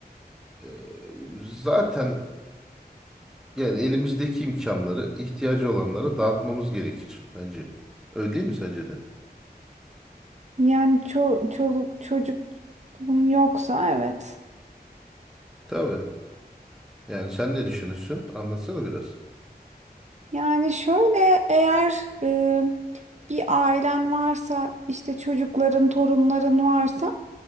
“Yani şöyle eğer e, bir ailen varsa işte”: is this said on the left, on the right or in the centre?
Right